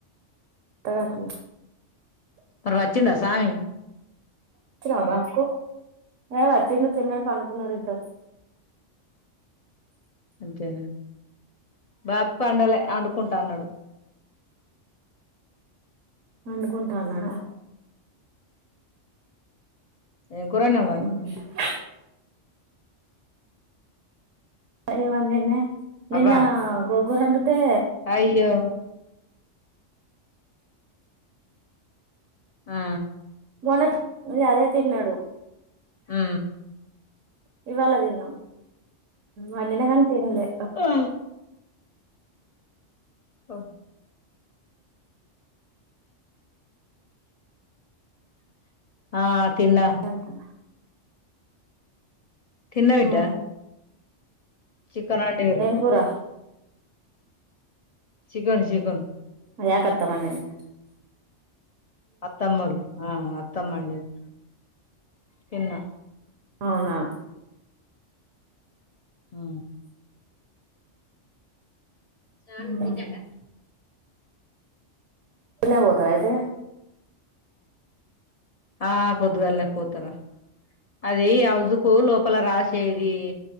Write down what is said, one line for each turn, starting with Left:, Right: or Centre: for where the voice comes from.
Right: అత్తాడట
Left: మరి వచ్చిండ స్వామి
Right: ఇచ్చినవా బాక్స్ కు ఏ వచ్చి వచ్చిండు తిన్నడు పండుకున్నరిద్దరూ
Left: అంతేనా బాపుకు అండలే వండుకుంటా అన్నాడు
Right: పడుకుంటా అన్నాడా
Left: ఏం కూర వండినావు మరి
Right: అ ఏవండిన్నే నిన్న
Left: అవ్వ
Right: గోంగూర వండితే
Left: అయ్యో ఆ
Right: మొన్న అదే తిన్నాడు
Left: ఉ
Right: ఇవాళ తిన్నాం వండిన కానీ తిన్లే
Left: ఆ ఓ ఆ తిన్న
Right: అంటా
Left: తిన్న బిడ్డ
Right: ఉ
Left: చికెన్ వండిరు
Right: కూర
Left: చికెన్ చికెన్
Right: మా యాకత్త వండింది
Left: అత్తమ్మోళ్లు ఆ అత్తమ్మ వండింది తిన్న
Right: అవునా
Left: ఉ నాని
Right: పొద్దున్నే
Left: తింటాండా
Right: ఇప్పునే పోతావా అయితే
Left: ఆ పొద్దుగాలే పోతారా అది హౌస్కు లోపల రాసేది